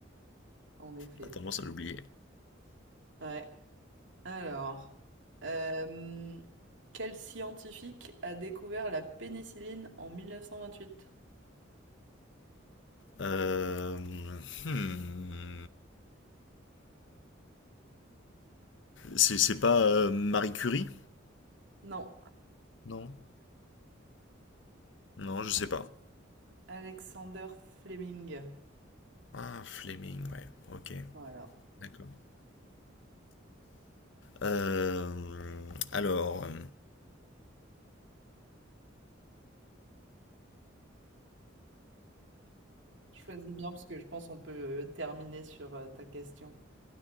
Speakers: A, on the right; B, on the left.
A: en effet.
B: On a tendance à l'oublier.
A: Ouais. Alors, euh, quel scientifique a découvert la pénicilline en 1928?
B: Euh, hmm. C'est c'est pas euh, Marie Curie?
A: Non,
B: Non. Non, je sais pas.
A: Alexander Fleming.
B: Ah, Fleming, ouais. Ok,
A: Voilà.
B: d'accord. Euh, alors, euh,
A: Choisis bien parce que je pense qu'on peut euh, terminer sur euh, ta question.